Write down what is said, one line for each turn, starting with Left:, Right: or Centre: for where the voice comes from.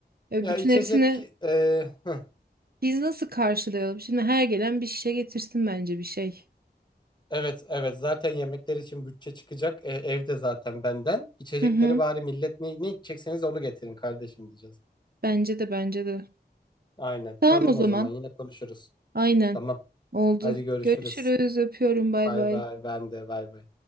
Right: E,
Left: Ya
Right: bütün
Left: içecek
Right: hepsini
Left: e, hı.
Right: biz nasıl karşılayalım? Şimdi her gelen bir şişe getirsin bence bir şey.
Left: Evet evet zaten yemekler için bütçe çıkacak. E, evde zaten benden. İçecekleri
Right: Hı hı.
Left: bari millet ne, ne içecekseniz onu getirin kardeşim diyeceğiz.
Right: Bence de bence de.
Left: Aynen.
Right: Tamam
Left: Tamam
Right: o zaman.
Left: o zaman yine konuşuruz.
Right: Aynen.
Left: Tamam.
Right: Oldu.
Left: Hadi görüşürüz.
Right: Görüşürüz. Öpüyorum. Bay
Left: Bay
Right: bay.
Left: bay ben de bay bay.